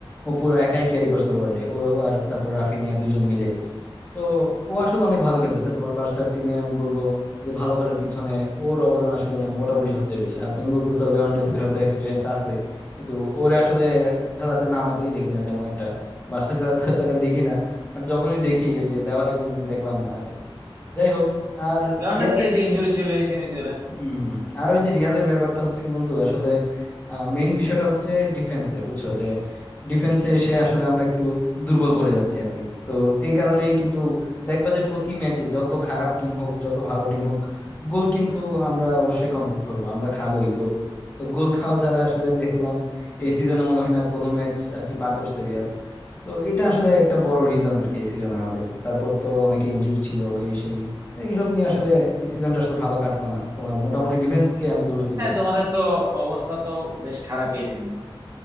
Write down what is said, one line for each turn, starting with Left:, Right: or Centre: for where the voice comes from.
Left: ও পুরো একাই ক্যারি করছে বলা যায় ও আর তারপর রাফিনিয়া দুইজন মিলে তো ও আসলে অনেক ভালো খেলতেছে তোমার বার্সার টিমে আমি বলবো যে ভালো করার পিছনে ওর অবদান আসলে মানে মোটামুটি সবচেয়ে বেশি আর তুমি বলতেছো লেভানডস্কির হয়তো এক্সপিরিয়েন্স আছে কিন্তু ওরে আসলে খেলাতে নামাতেই দেখি না তেমন একটা বার্সা খেলাতে হয়তো ওটা দেখি না বাট যখনই দেখি ওই যে লেভারে কোনোদিন দেখলাম না আর কি যাই হোক আর
Right: লর্নেস
Left: রিয়াল
Right: কি এই যে ইঞ্জুরি ছিল এই সিমিজোরে
Left: হম হম আর ওই যে রিয়ালের ব্যাপারটা হচ্ছে কি বন্ধু আসলে মেইন বিষয়টা হচ্ছে ডিফেন্সে বুঝছো যে ডিফেন্সে এসে আসলে আমরা একটু দুর্বল পড়ে যাচ্ছি আর কি তো এই কারণেই কিন্তু দেখবা যে প্রতি ম্যাচে যত খারাপ টিম হোক যত ভালো টিম হোক গোল কিন্তু আমরা অবশ্যই কনসিভ করব আমরা খাবোই গোল তো গোল খাওয়া ছাড়া আসলে দেখলাম এই সিজনে মনে হয় না কোনো ম্যাচ আর কি পার করছে রিয়াল তো এটা আসলে একটা বড় রিজন আর কি এই সিজনে আমাদের তারপর তো অনেকে ইনজুর ছিল এই সেই এইসব নিয়ে আসলে এই সিজনটা আসলে ভালো কাটলো না তোমার মোটামুটি ডিফেন্স কে আমি দোষ দিব
Right: হ্যাঁ তোমাদের তো অবস্থা তো বেশ খারাপ এই সিজনে